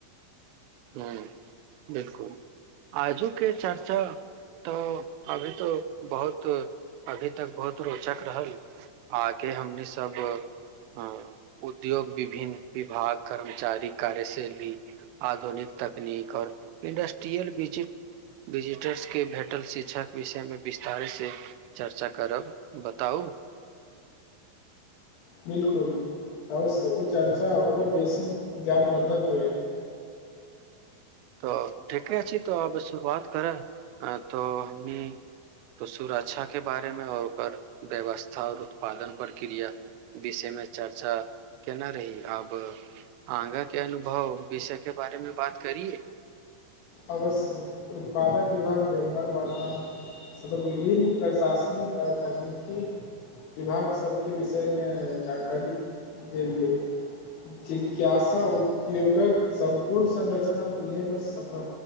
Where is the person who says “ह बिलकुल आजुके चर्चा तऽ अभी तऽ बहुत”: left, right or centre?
Right